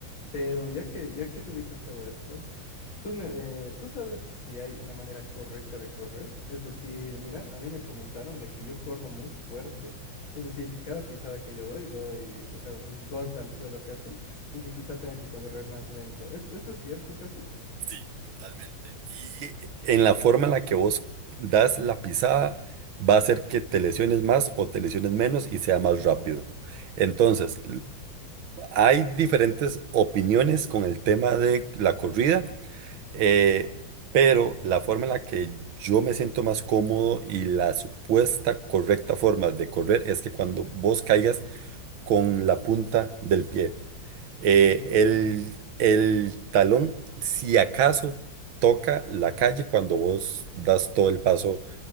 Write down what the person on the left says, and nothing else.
Pero ya que, ya que tú ubicas todo esto, Tú, me, eh, ¿tú sabes si hay una manera correcta de correr? Es decir, mira, a mí me comentaron de que yo corro muy fuerte. Es decir, que cada pisada que yo doy, doy, o sea, un golpe al suelo casi, y que quizá tenga que correr más lento. ¿Es- ¿Esto es cierto casi?
Va.
mm,
Ya.